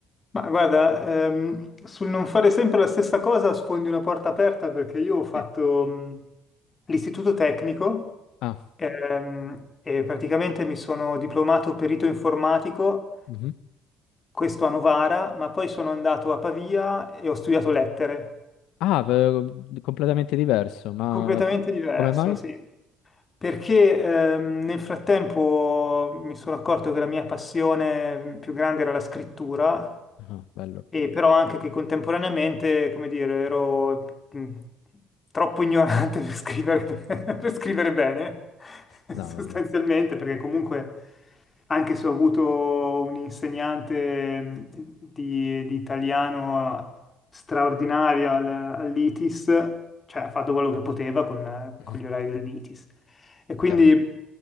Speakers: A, on the left; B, on the left.
A: Ma guarda, ehm, sul non fare sempre la stessa cosa sfondi una porta aperta perché io ho fatto
B: Sì.
A: mh, l'istituto tecnico
B: Ah,
A: ehm, e praticamente mi sono diplomato perito informatico
B: mhm.
A: questo a Novara, ma poi sono andato a Pavia e ho studiato lettere.
B: Ah, v- completamente diverso, ma
A: Completamente
B: co-
A: diverso,
B: come mai?
A: sì. Perché ehm, nel frattempo mi sono accorto che la mia passione più grande era la scrittura,
B: Ah, bello.
A: e però anche che contemporaneamente, come dire, ero mh, troppo ignorante <laughs> per scrivere, per scrivere bene, <laughs>
B: No,
A: sostanzialmente,
B: vabbè,
A: perché comunque anche se ho avuto un insegnante mh, di, di italiano straordinario al- all'ITIS, cioè ha fatto quello che poteva con,
B: <laughs>
A: con gli orari dell'ITIS. E quindi
B: chiaro.